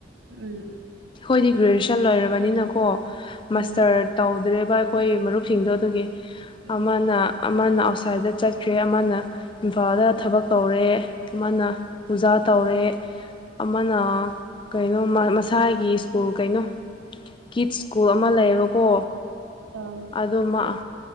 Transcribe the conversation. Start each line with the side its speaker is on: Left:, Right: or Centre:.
Right: ꯎꯝ
Left: ꯑꯩꯈꯣꯏꯗꯤ ꯒ꯭ꯔꯦꯖꯨꯌꯦꯁꯟ ꯂꯩꯣꯏꯔꯕꯅꯤꯅꯀꯣ
Right: ꯎꯝ
Left: ꯃꯁꯇꯔ ꯇꯧꯗ꯭ꯔꯦꯕ ꯑꯩꯈꯣꯏ ꯃꯔꯨꯞꯁꯤꯡꯗꯣ ꯑꯗꯨꯒꯤ
Right: ꯎꯝ
Left: ꯑꯃꯅ ꯑꯃꯅ ꯑꯥꯎꯠꯁꯥꯏꯠꯇ ꯆꯠꯈ꯭ꯔꯦ ꯑꯃꯅ ꯏꯝꯐꯥꯜꯗ ꯊꯕꯛ
Right: ꯎꯝ
Left: ꯇꯧꯔꯦ ꯑꯃꯅ ꯄꯨꯖꯥ
Right: ꯎꯝ ꯎꯝ
Left: ꯇꯧꯔꯦ ꯑꯃꯅ ꯀꯩꯅꯣ ꯃꯁꯥꯒꯤ ꯁ꯭ꯀꯨꯜ ꯀꯩꯅꯣ ꯀꯤꯠ ꯁ꯭ꯀꯨꯜ ꯑꯃ ꯂꯩꯌꯦꯕꯀꯣ
Right: ꯑꯪ
Left: ꯑꯗꯨꯃ